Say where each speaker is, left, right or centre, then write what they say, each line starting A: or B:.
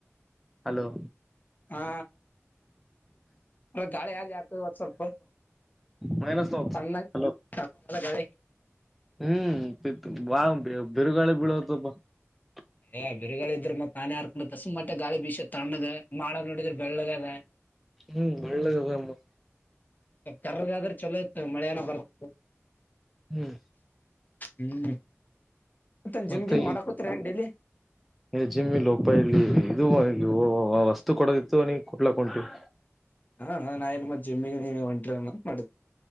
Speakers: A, in the centre; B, on the left.
A: ಹಲೋ.
B: ಹಾ ಗಾಳಿ ಆ ಯಾಕವತ್ತು ಸ್ವಲ್ಪ
A: ಮೈನಸ್ ನೋತ್
B: ತಣ್ಣ
A: ಹಲೋ
B: ತ. ಎಲ್ಲ ಗಾಳಿ
A: ಹ್ಮ್ ಬಾ ಬಿರುಗಾಳಿ ಬೀಳೋಪ್ಪ <unintelligible>
B: ಏ ಬಿರುಗಳ ಇದ್ರರು ಮತ್ ನಾನ ಯಾರ್. ಒ ದಸುಮಾಟ ಗಾಲಿಬೀಷ ತಣಗ. ಮೋಡ ನೋಡಿದ್ರೆ ಬೆಳ್ಳಗೆದ.
A: ಹ್ಮ್ ಬೆಳ್ಳಗದುಮ್ಮ.
B: ಕರಗಾದ್ರೆ ಚಲೋ ಇತ್ ಮಳೆನ ಬರ್ತದೆ.
A: ಹ್ಮ್.
B: ಹ್ಮ್. ಮಂದ ಜಿಮ್
A: ಮತ್ತೆ
B: ಗಿಮ್ ಮಾಡಾಕೋತ್ ಏನ್ ಡೈಲಿ.
A: ಜಿಮ್ಮಿ ಲೋಪ ಇಲ್ಲಿ ಇದು ವಸ್ತು ಕೊಡೋದಿತ್ತು ನೀ ಕೊಟ್ಲಕ್ ಉಂಟವಿ.
B: ಹಾ ಹ ನಾ ಇಲ್ ಮತ್ ಜಿಮ್ ಗೆ ಏನು ಒಂಟ್ರ ಮಾಡದ್.